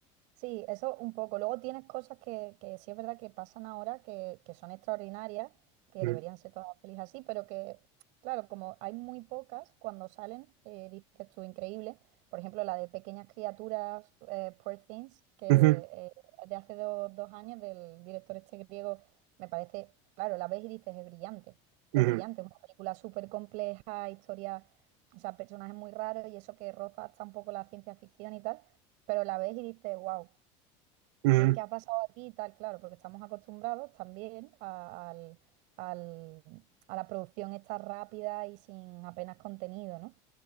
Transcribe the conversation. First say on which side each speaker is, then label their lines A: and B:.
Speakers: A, on the right; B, on the right.
A: Sí, eso un poco. Luego tienes cosas que, que sí es verdad que pasan ahora, que, que son extraordinarias, que
B: Mm.
A: deberían ser todas las pelis así, pero que, claro, como hay muy pocas, cuando salen, eh, dices tú, increíble. Por ejemplo, la de Pequeñas Criaturas, eh, Poor Things, que
B: Ujú,
A: eh, de hace do- dos años, del director este griego, me parece, claro, la ves y dices, es brillante,
B: ujú,
A: es brillante, es una película súper compleja, historia, o sea, personajes muy raros y eso que roza hasta un poco la ciencia ficción y tal pero la ves y dices, wow.
B: ujú.
A: ¿Qué, qué ha pasado aquí y tal? Claro, porque estamos acostumbrados también a, al- al- a la producción esta rápida y sin apenas contenido, ¿no?